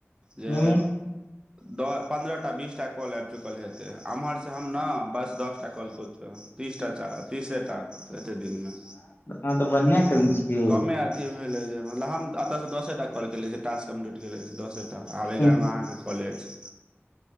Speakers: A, on the left (about 50°); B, on the right (about 20°).
A: ने
B: जे द पन्द्रह टा बीस टा कॉल आईब‌चुकल हेतै एम्हर से हम ने बस दस टा कॉल क तऽ तीसटा तीसेटा एते दिनमे
A: हँ तऽ बढ़िआं केने यौ
B: कमे अथी भेलै जे मतलब हम एतऽसँ दसेटा कॉल केले छी टास्क कम्प्लीट केनेे छी दसेटा आब एगारह
A: हँ
B: अहाँके कॉल अछि